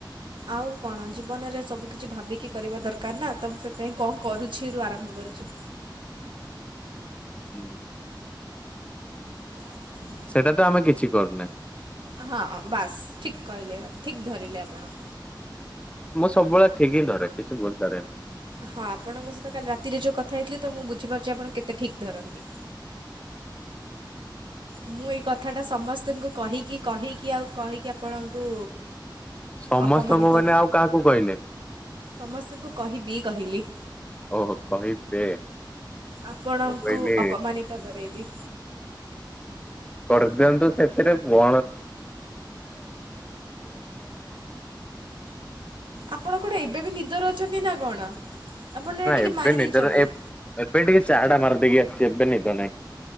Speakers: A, on the right (about 75°); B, on the left (about 15°).
A: ଆଉ କଣ ଜୀବନରେ ସବୁ କିଛି ଭାବିକି କରିବା ଦରକାର ନା, ତ ମୁଁ ସେପାଇଁ କଣ କରୁଛି ରୁ ଆରମ୍ଭ କରୁଛି।
B: ହୁଁ।
A: ହଁ!
B: ସେଇଟା ତ ଆମେ କିଛି କରୁନେ।
A: ହଁ ବାସ୍ ଠିକ କହିଲେ, ଠିକ୍ ଧରିଲେ ଆପଣ।
B: ମୁଁ ସବୁବେଳେ ଠିକ ହିଁ ଧରେ କିଛି ଭୁଲ୍ ଧରେନି।
A: ହଁ ଆପଣଙ୍କ ସହିତ କାଲି ରାତିରେ ଯୋଉ କଥା ହେଇଥିଲି ତ ମୁଁ ବୁଝିପାରୁଚି ଆପଣ କେତେ ଠିକ୍ ଧରନ୍ତି। ମୁଁ ଏଇ କଥାଟା ସମସ୍ତଙ୍କୁ କହିକି କହିକି ଆଉ କହିକି ଆପଣଙ୍କୁ
B: ସମସ୍ତଙ୍କୁ
A: ଅପମାନିତ
B: ମାନେ ଆଉ କାହାକୁ କହିଲେ?
A: ସମସ୍ତଙ୍କୁ କହିବି କହିଲି।
B: ଓହୋ କହିବେ।
A: ଆପଣଙ୍କୁ
B: ମୁଁ କହିଲି
A: ଅପମାନିତ କରେଇବି।
B: କରିଦିଅନ୍ତୁ ସେଥିରେ। <unintelligible>
A: ଆପଣ କଣ ଏବେ ବି ନିଦରେ ଅଛନ୍ତି ନା କଣ? ଆପଣ ନା ଟିକେ
B: ଏବେ
A: ମାରି
B: ନିଦରେ
A: ଦେଇଚନ୍ତି?
B: ଏ ଏବେ ଟିକେ ଚାହା ଟା ମାରିଦେଇକି ଆସିଚି ଏବେ ନିଦ ନାଇ।